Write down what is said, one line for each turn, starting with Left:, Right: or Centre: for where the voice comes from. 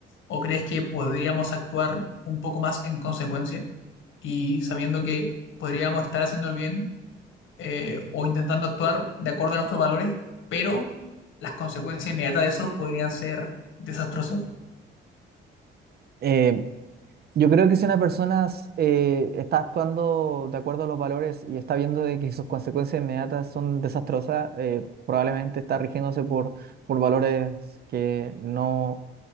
Left: ¿O crees que podríamos actuar un poco más en consecuencia y sabiendo que podríamos estar haciendo el bien eh, o intentando actuar de acuerdo a nuestros valores, pero las consecuencias inmediatas de esos podrían ser desastrosas.
Right: Eh, Yo creo que si una persona eh, está actuando de acuerdo a los valores y está viendo de que sus consecuencias inmediatas son desastrosas, eh, probablemente está rigiéndose por, por valores que no,